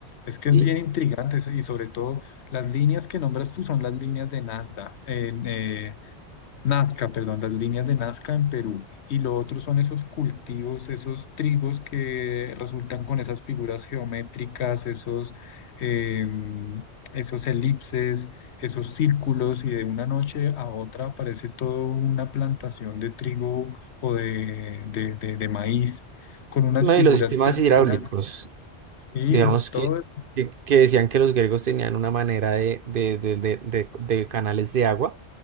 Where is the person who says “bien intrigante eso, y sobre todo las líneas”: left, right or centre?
Left